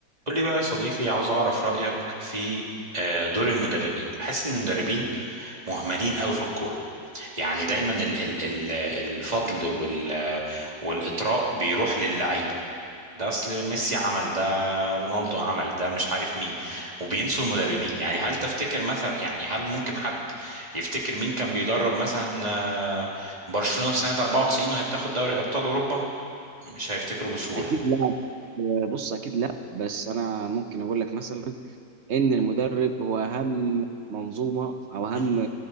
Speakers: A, on the right; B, on the right.
A: قول لي بقى يا صديقي عاوز اعرف رأيك في آه، دور المدربين بحس ان المدربين مهملين قوي في الكورة يعني دايما ال ال ال الفضل وال والإطراء بيروح للعيبة ده اصل ميسي عمل ده رونالدو عمل ده مش عارف مين وبينسوا المدربين يعني هل تفتكر مثلا يعني هل ممكن حد يفتكر مين كان بيدرب مثلا آه، برشلونة في سنة 94 وهي بتاخد دوري أبطال أوروبا مش هيفتكروا بسهولة
B: اكيد لا بص اكيد لا بس انا ممكن اقول لك مثلا ان المدرب هو اهم منظومه او اهم
A: م،